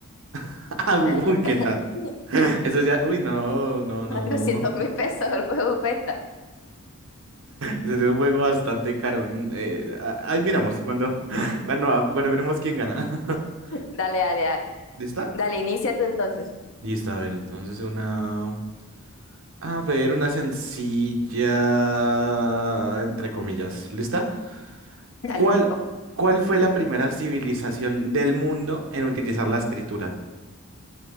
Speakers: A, on the right (about 60°); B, on the left (about 60°).
A: <laughs> Ah, uy,
B: <laughs>
A: ¿qué tal? <laughs> Eso ya, uy, no, no,
B: 400
A: no, no.
B: mil pesos el juego cuesta.
A: Ese es un juego bastante caro. N- eh, a- ahí miramos cuando, <laughs> cuando, ah, cuando veremos quién gana. <laughs>
B: Dale, dale, dale.
A: ¿Lista?
B: Dale, inicia tú entonces.
A: Lista, a ver, entonces una, a ver, una sencilla, entre comillas, ¿lista?
B: Dale,
A: ¿Cuál,
B: Nico.
A: cuál fue la primera civilización del mundo en utilizar la escritura?